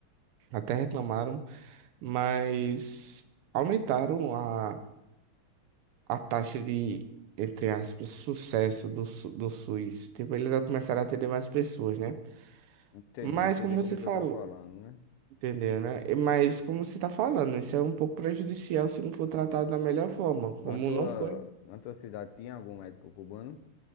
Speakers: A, on the right (about 85°); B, on the left (about 80°).
A: até reclamaram, mas aumentaram a, a taxa de, entre aspas, sucesso do, Su- do SUS. Tipo, eles já começaram a atender mais pessoas, né?
B: Entendi,
A: Mas
B: entendi
A: como
B: como
A: você falou,
B: tu tá falando, né?
A: entendeu, né? E- Mas como você tá falando, isso é um pouco prejudicial se não for tratado da melhor forma, como
B: Na tua,
A: não foi
B: na tua cidade tinha algum médico cubano?